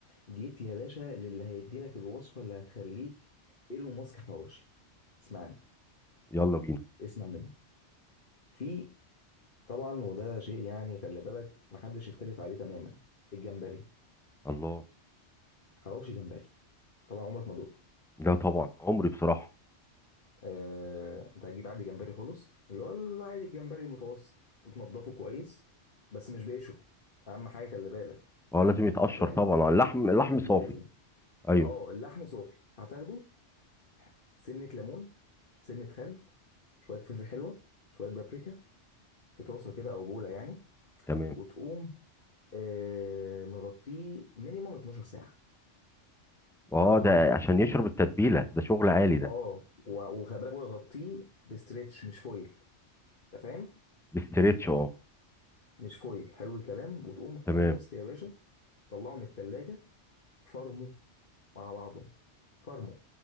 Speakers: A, on the left (about 45°); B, in the centre.
A: جيت يا باشا للي هيدي لك الوصفه اللي هتخليك ايلون ماسك حواوشي اسمعني
B: يلا بينا
A: اسمع مني في طبعا وده شيء يعني خلي بالك محدش يختلف عليه تماما الجمبري
B: الله
A: حواوشي جمبري طبعا عمرك ما دقته
B: لا طبعا عمري بصراحه
A: آه... انت هتجيب عادي جمبري خلص اللي هو العادي الجمبري المتوسط وتنضفه كويس بس مش بقشره اهم حاجه خلي بالك
B: اه لازم يتقشر
A: انت فاهم
B: طبعا اه اللحم اللحم صافي
A: لازم
B: ايوه
A: اه اللحم صافي هتاخده سنه ليمون سنه خل شويه فلفل حلوه شويه بابريكا في طاسه كده او بوله يعني
B: تمام
A: وتقوم آه مغطيه مينيمم 12 ساعه
B: اه
A: على الدغري
B: ده عشان يشرب التتبيله ده شغل عالي ده
A: اه و- وخلي بالك بقول لك غطيه بستريتش مش فويل انت فاهم
B: بستريتش اه
A: مش فويل حلو الكلام وتقوم
B: تمام
A: خلصت يا باشا طلعه من التلاجة فرمه مع بعضه فرمه